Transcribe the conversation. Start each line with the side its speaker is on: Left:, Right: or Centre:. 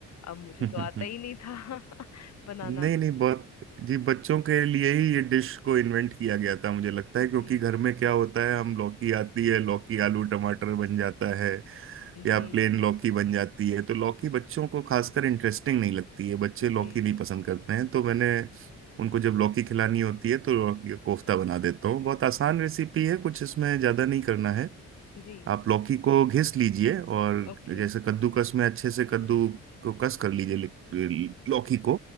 Left: अब मुझे
Right: <laughs>
Left: तो आता ही नहीं था <laughs> बनाना
Right: नहीं नहीं बहुत जी बच्चों के लिए ही ये डिश को इन्वेंट किया गया था मुझे लगता
Left: जी
Right: है क्योंकि घर में क्या होता है हम लौकी आती है लौकी आलू टमाटर बन जाता है या
Left: जी
Right: प्लेन लौकी बन जाती है तो लौकी बच्चों को खासकर इंटरेस्टिंग नहीं लगती है बच्चे
Left: जी
Right: लौकी नहीं पसंद करते हैं तो मैंने उनको जब लौकी खिलानी होती है तो लौकी का कोफ्ता बना देता हूँ बहुत आसान रेसिपी है कुछ इसमें ज़्यादा नहीं करना है
Left: जी
Right: आप लौकी को घिस लीजिए और
Left: ओके
Right: जैसे कद्दूकस में अच्छे से कद्दू को कस कर लीजिए लि- लौकी को